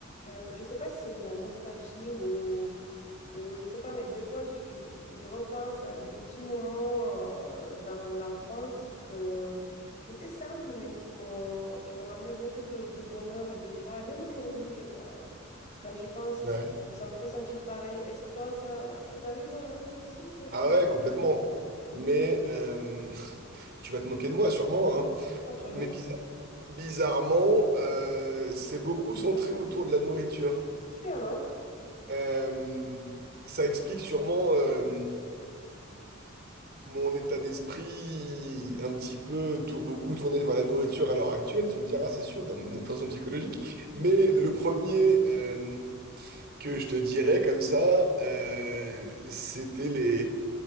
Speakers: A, on the left; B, on the right.
A: Euh, je sais pas si c'est de la nostalgie ou, ou je sais pas, mais des fois, j'y j'y repense à des petits moments euh, dans l'enfance que, qui étaient simples, mais qui m'ont, qui m'ont ramené beaucoup de, de bonheur et de joie. Et même aujourd'hui, quand, quand j'y pense,
B: Ouais.
A: ça, me- ça me fait sentir pareil. Est-ce que toi, ça, ça t'arrive à toi aussi, ce...
B: Ah ouais, complètement. Mais euh, <laughs> tu vas te moquer de moi sûrement, hein.
A: Absolument
B: Mais bizar-
A: pas.
B: bizarrement, euh, c'est beaucoup centré autour de la nourriture.
A: Et alors,
B: Euh, ça explique sûrement euh, mon état d'esprit un petit peu tou- beaucoup tourné vers la nourriture à l'heure actuelle. Tu me diras, c'est sûr, d'un- de façon psychologique. Mais le premier euh, que je te dirais comme ça, euh, c'était les